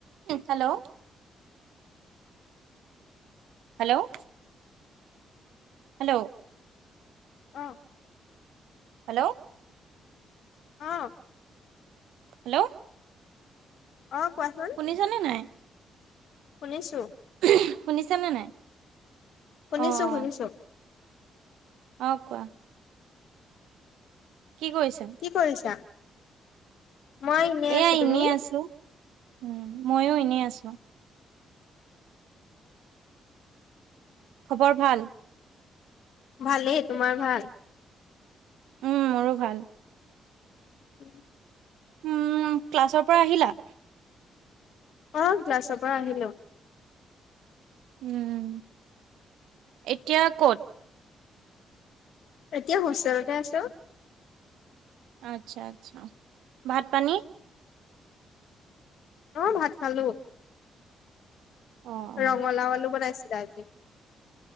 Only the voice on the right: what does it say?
Hello hello hello
hello
hello
শুনিছানে নাই
উম্ শুনিছানে নাই?
অ অ
অ' কোৱা কি কৰিছা
এয়া
এনেই
আছো উম্ ময়ো এনেই আছো। খবৰ ভাল?
উম মোৰো ভাল।
উম ক্লাছৰ পৰা আহিলা?
উম এতিয়া ক'ত?
আচ্ছা আচ্ছা ভাত পানী
অ অ